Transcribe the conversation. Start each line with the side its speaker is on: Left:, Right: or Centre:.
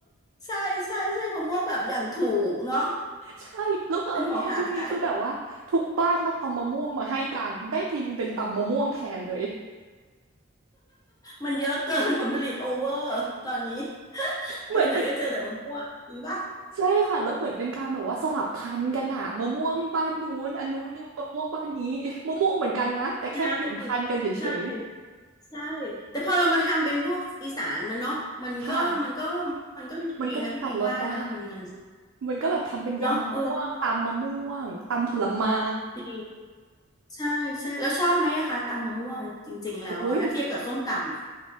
Left: ใช่ใช่ใช่มะม่วงแบบอย่างถูกเนาะ
Right: ใช่แล้วคราวเนี้ยช่วงนี้คือแบบว่าทุกบ้านต้องเอามะม่วงมาให้กันได้ทินเป็นตำมะม่วงแทนเลย
Left: เป็นของหาง่ายมันเยอะเกินผลผลิตโอเวอร์ตอนนี้
Right: เหมือนเป็น
Left: ไปไหนก็เจอแต่มะม่วงจริงปะ
Right: ใช่ค่ะแล้วเหมือนเป็นการแบบว่าสลับพันธุ์กันอะมะม่วงบ้านนู้นอันนู้นนึงมะม่วงบ้านนี้มะม่วงเหมือนกันนะแต่แค่เปลี่ยนพันธุ์กันเฉย
Left: ใช่ใช่ใช่แต่พอเรามาทำเป็นพวกอีสานนะเนาะมันก็มันก็
Right: ๆค่ะ
Left: มันก็ดีนะพี่ปิงว่าเนาะมันมัน
Right: มันก็ตัดรสได้มันก็แบบทำเป็นยำมะม่วงตำมะม่วงตำผลไม้
Left: เนาะเออดี ใช่ใช่แล้วชอบไหมอะคะตำมะม่วงจริงๆแล้วอะถ้าเทียบกับส้มตำอะ
Right: โอ้ย